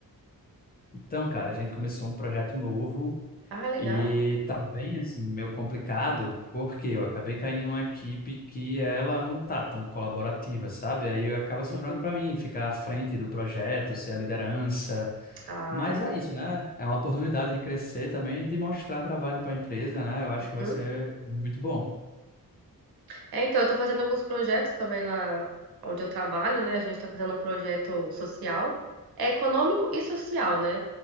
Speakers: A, on the left; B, on the right.
A: Então, cara, a gente começou um projeto novo.
B: Ah, legal.
A: E tá bem assim, meio complicado, porque eu acabei caindo numa equipe que ela não tá tão colaborativa, sabe? Aí acaba sobrando
B: Uhum.
A: para mim ficar à frente do projeto, ser a liderança.
B: Ah,
A: Mas é isso, né? É uma oportunidade de crescer também, de mostrar trabalho para a empresa, né? Eu acho
B: uhum.
A: que vai ser muito bom.
B: É, então, eu tô fazendo alguns projetos também lá onde eu trabalho, né? A gente tá fazendo um projeto social, é econômico e social, né?